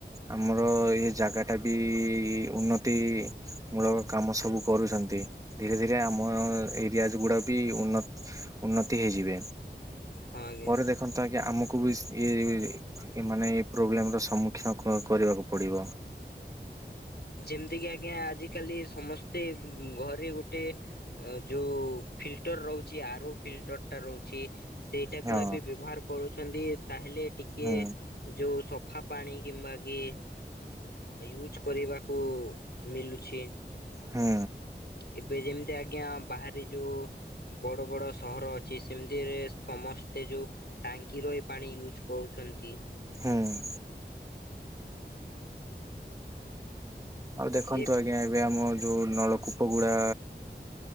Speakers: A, on the right (about 20°); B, on the left (about 65°).
A: ଆମର ଏଇ ଜାଗା ଟା ବି ଉନ୍ନତି ମୂଳ କାମ ସବୁ କରୁଛନ୍ତି ଧୀରେ ଧୀରେ ଆମ ଏରିଆଜ ଗୁଡା ବି ଉନ୍ନତ ଉନ୍ନତି ହେଇଯିବେ,
B: ହଁ ଆଜ୍ଞା।
A: ପରେ ଦେଖନ୍ତୁ ଆଜ୍ଞା ଆମକୁ ବି ଇଏ ଏମାନେ ଏଇ ପ୍ରୋବ୍ଲେମ ର ସମ୍ମୁଖୀନ କ କରିବାକୁ ପଡିବ।
B: ଯେମିତି କି ଆଜ୍ଞା ଆଜିିକାଲି ସମସ୍ତେ ଘରେ ଗୋଟେ ଅ ଯୋଉ ଫିଲ୍ଟର ରହୁଛି, ଆରୋ ଫିଲ୍ଟରଟା ରହୁଛି। ସେଇଟା
A: ହଁ
B: ଗୁଡା ବି ବ୍ୟବହାର କରୁଛନ୍ତି ତାହେଲେ ଟିକେ
A: ହୁଁ
B: ଯୋଉ ସଫା ପାଣି କିମ୍ବା କି ୟୁଜ କରିବା କୁ ମିଲୁଛି।
A: ହୁଁ।
B: ଏବେ ଯେମିତି ଆଜ୍ଞା ବାହାରେ ଯୋଉ ବଡ ବଡ ସହର ଅଛି ସେମିତିରେ ସମସ୍ତେ ଯୋଉ ଟାଙ୍କି ର ଏ ପାଣି ୟୁଜ କରୁଛନ୍ତି।
A: ହୁଁ। ଆଉ ଦେଖନ୍ତୁ
B: ଏ
A: ଆଜ୍ଞା ଏବେ ଆମ ଯୋଉ ନଳକ କୂପଗୁଡା